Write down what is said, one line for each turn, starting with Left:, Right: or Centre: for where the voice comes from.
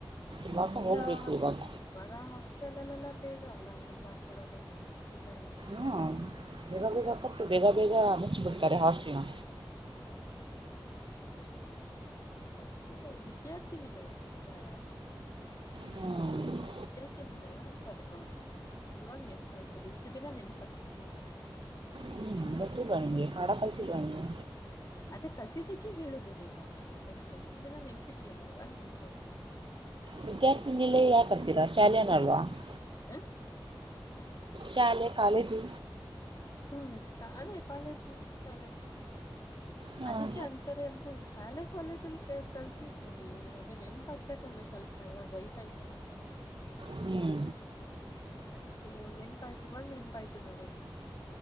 Right: ಇವಾಗ
Left: <unintelligible>
Right: ಹೋಗಬೇಕು ಇವಾಗ
Left: ಇವಾಗ ಹಾಸ್ಟೆಲ್ ಲ್ಲೆಲ್ಲ ಬೇಗ ಅಲ್ಲ ತುಂಬಾ ಕೊಡೋದು ಊಟ ಎಲ್ಲ.
Right: ಹೊಂ ಬೇಗ ಬೇಗ ಕೊಟ್ಟು ಬೇಗ ಬೇಗ ಮುಚ್ಚಿಬಿಡ್ತಾರೆ ಹಾಸ್ಟೆಲನ.
Left: ಹ್ಮ್ <unintelligible> ಲ್ಲ ವಿದ್ಯಾರ್ಥಿ ನಿಲಯ ಯಯಾ.
Right: ಹ್ಞೂ
Left: ವಿದ್ಯಾರ್ಥಿನಿಲಯಾ ಅಂತಾರೆ ಹೌದು ಹೌದು ಇವಾಗ ನೆನ್ಪಾಯ್ತುರೀ ಇಷ್ಟು ದಿನ ನೆನ್ಪಾಯ್ತಿರ್ಲಿಲ್ಲ.
Right: ಹ್ಞೂ ಗೊತ್ತಿಲ್ವಾ ನಿಂಗೆ ಕನ್ನಡ ಕಲ್ತಿಲ್ವಾ ನೀವು.
Left: ಅದೇ ಕಲ್ತಿದಕ್ಕೆ ಹೇಳುದ್ರೀ ಇವಾಗ ನನ್ಪ್ ಇಷ್ಟ ದಿನ ನೆನಪಿರ್ಲಿಲ್ಲ ಇವಾಗ ನೆನ್ಪ ಆಯ್ತು.
Right: ವಿದ್ಯಾರ್ಥಿನಲ ಯಾಕತ್ತೀರಾ ಶಾಲೆನಲ್ವಾ <unintelligible>
Left: ಹ <unintelligible>
Right: ಶಾಲೆ ಎ ಕಾಲೇಜೂ
Left: ಹ್ಮ್ ಅದೇ ಕಾಲೇಜು ಶಾಲೆ
Right: ಹಾಂ
Left: ಅದಕ್ಕೆ ಅಂತಾರೆ ಅಂತ ಹೇಳಳ್- ಶಾಲೆ ಕಾಲೇಜಲ್ಲಿ ಕಲ್ತಿದ್ದರ್ತಿವಿ ಅದೇ ನೆನಪು ಆಗ್ಬೇಕು ಅಲ್ಲ ಸ್ವಲ್ಪ ಇವಾಗ ವಯಸ್ಸ ಆಯ್ತಲ್ಲ
Right: ಹ್ಞೂ
Left: ಅದಕ್ಕೆ ಇವಾಗ ನೆಪಾಯ್ತ ಇವಾಗ ನೆನಪಾಯ್ತು ನೋಡರಿ-